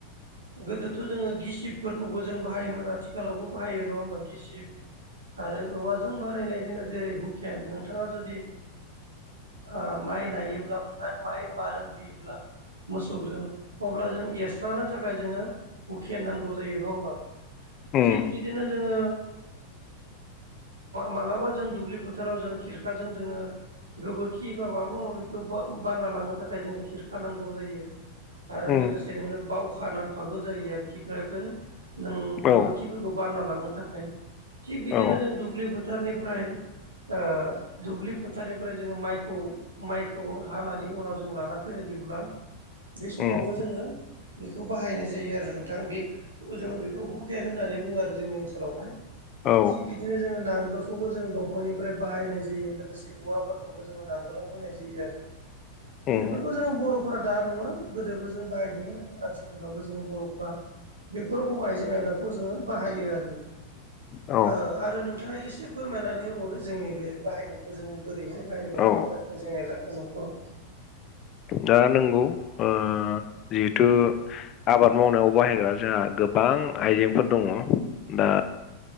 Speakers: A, on the right (about 80°); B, on the left (about 35°).
A: गोदोथ' जोङो गिसिबफोरखौबो जों बाहायोमोन आथिखालावबो बाहायो नङा होमबा गिसिब, आरो औवाजों बानायनाय जोङो जेरै हुकेन नोंथाङा जुदि, ओ माइ नायोब्ला ना माइ मारोन होयोब्ला, मोसौजों अब्ला जों एस्रानो थाखाय जोङो हुखेन नांगौ जायो नङा होमबा,
B: उम
A: थिग बिदिनो जोङो। मालाबा जों दुब्लि फोथाराव जों खिरखाजों जोङो, गोबोरखि बा माबा माबािखौ बानना लांनो थाखाय जोंनो खिरखा नांगौ जायो। आरो
B: उम
A: लोगोसे नोंनो, बावखा नांफागौ जायो आरोखि बेखौनो नों
B: औ
A: गोबोरखिफोरखौ बानना लांनो थाखाय, थिग बिदिनो
B: औ
A: जों दुब्लि फोथारनिफ्राय, ओ दुब्लि फोथारनिफ्राय जोङो माइखौ, माइखौबो हानानै उनाव जों लाना फैन नागिरब्ला बे समावबो
B: उम
A: जोङो, बेखौ बाहायनाय जायो आरो नोंथां बे, जोङो बेखौ हुखेन होननानै बुङो आरो जोंनि ओनसोलावहाय,
B: औ
A: थिग बिदिनो जोङो नांगोलखौबो जोङो दंफांनिफ्राय बाहायनाय जायो लोगोसे, औवाफोरखौबो जोङो नांगोलाव होनाय जायो आरो
B: उम
A: बेफोरखौ जोङो बर'फोरा दा नङा गोदोबो जों बाहायदोंमोन, आथिखालावबो जोङो बर'फ्रा बेफोर रोखोम आइजें आयलाखौ जोङो बाहायो आरो
B: औ
A: आरो नोंथाङा एसे फोरमायनानै होबावदो जोंनि बे बाहायनायखौ जोङो बोरैहाय बाहायबावो
B: औ
A: आरो आइजें आइला न'खराव
B: दा नंगौ ओ जिहेथु आबाद मावनायाव बाहायग्रा जोंहा गोबां आइजेंफोर दङ दा